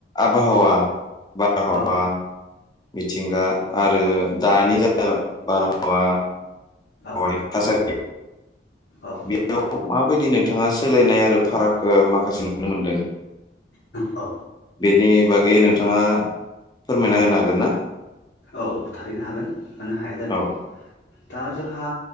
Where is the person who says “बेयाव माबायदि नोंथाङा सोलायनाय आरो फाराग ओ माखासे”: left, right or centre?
Left